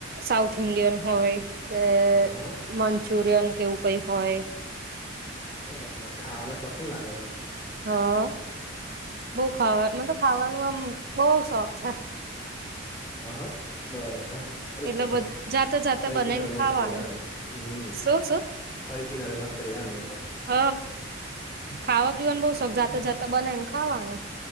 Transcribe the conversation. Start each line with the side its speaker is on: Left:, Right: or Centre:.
Right: સાઉથ ઇન્ડિયન હોય કે
Left: હ હ
Right: મંચુરિયન કેવું કઈ હોય
Left: બરાબર ખાવાને શોખીન લાગો છો
Right: હા બહ ખાવા મ તો ખાવાનું આમ બહ શોખ છે
Left: હા હા બરોબર સારું
Right: એટલે
Left: કેવાય
Right: જાતે જાતે
Left: ખાઈ
Right: બનાવીને
Left: પિયેને મસ્ત
Right: ખાવાનું
Left: રેવાનું હમ્મ
Right: શું શું
Left: ખાઈ પીના મસ્ત રહ્યાનું
Right: હ ખાવા પીવાનું બહ
Left: હમ,
Right: શોખ જાતે જાતે બનાય ને ખાવાનું